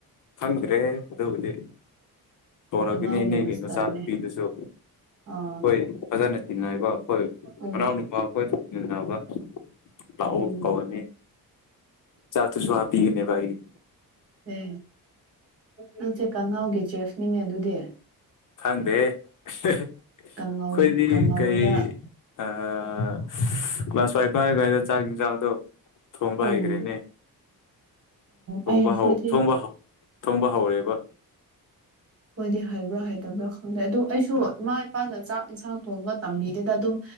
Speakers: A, on the left; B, on the right.
A: ꯈꯪꯗ꯭ꯔꯦꯍꯦ ꯑꯗꯨꯕꯨꯗꯤ ꯀꯧꯔꯡꯛꯒꯅꯤ
B: ꯀꯥꯡꯉꯧꯒꯤ
A: ꯏꯅꯦꯒꯤ
B: ꯃꯁꯇꯔꯅꯦ
A: ꯃꯆꯥꯅꯨꯄꯤꯗꯨꯁꯨ
B: ꯑꯥ
A: ꯈꯣꯏ ꯐꯖꯥꯅ ꯇꯤꯟꯅꯩꯕ ꯑꯈꯣꯢ
B: ꯎꯝ
A: ꯃꯅꯥꯎꯅꯨꯄꯥ ꯈꯣꯏꯗꯣ ꯇꯤꯟꯅꯕ ꯂꯥꯛꯑꯣ
B: ꯎꯝ
A: ꯀꯧꯔꯅꯤ ꯆꯥꯛ ꯇꯨꯁꯨ ꯍꯞꯄꯤꯒꯅꯦꯕꯥ ꯑꯩꯒꯤ
B: ꯑꯦ ꯅꯪꯁꯦ ꯀꯪꯉꯥꯎꯒꯤ ꯆꯦꯐꯅꯤꯅꯦ ꯑꯗꯨꯗꯤ
A: ꯈꯡꯗꯦ ꯑꯍꯦ ꯍꯦ ꯑꯩꯈꯣꯏꯗꯤ
B: ꯀꯥꯡꯉꯧ ꯀꯥꯡꯉꯧꯗ
A: ꯀꯩ ꯑꯥ ꯑꯥ ꯀ꯭ꯂꯥꯁ ꯐꯥꯏꯚ ꯀꯥꯏꯔꯤꯀꯥꯟꯗ ꯆꯥꯛ ꯌꯦꯟꯁꯥꯡꯗꯣ ꯊꯣꯡꯕ
B: ꯑꯣ
A: ꯍꯥꯏꯒ꯭ꯔꯦꯅꯦ ꯊꯣꯡꯕ
B: ꯑꯩ ꯑꯩꯈꯣꯏꯗꯤ
A: ꯍꯧ ꯊꯣꯡꯕ ꯍꯧ ꯊꯣꯡꯕ ꯍꯧꯔꯦꯕ
B: ꯍꯣꯏꯗꯤ ꯍꯩꯕ꯭ꯔꯥ ꯍꯩꯇꯕ꯭ꯔꯥ ꯈꯪꯗꯦ ꯑꯗꯨ ꯑꯩꯁꯨ ꯏꯃꯥ ꯏꯄꯥꯅ ꯆꯥꯛ ꯏꯟꯁꯥꯡ ꯊꯣꯡꯕ ꯇꯝꯕꯤꯗꯦꯗ ꯑꯗꯨꯝ